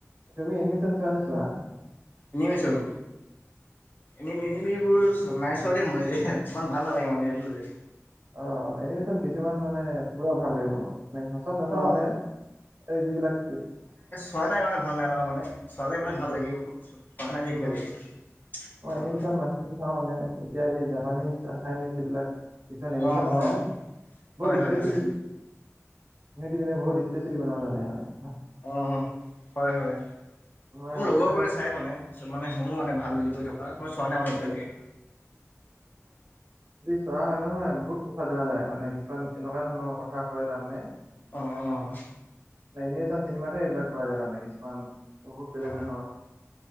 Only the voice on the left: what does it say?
এনিমছৰ নিম চম এইবোৰ নাই চোৱা দেই মই যে ইমান ভাল নালাগে মানে এইবোৰ
অঁ।
খোৱা নাই কাৰণে ভাল নাই লগা মানে। চোৱালে মানে
ভাল লাগিব পোৱা নাই।
যেতিয়ালৈকে অ'
অঁ
অঁ
হয় হয়
হয়
আহ হয় হয়।
মোৰ
লগৰ
বোৰে চাই মানেছত মানে শুনো মানে ভাল বুলি কৈ থকা মই চোৱা নাই মানে এতিয়ালৈকে।
অ' অ'
অ'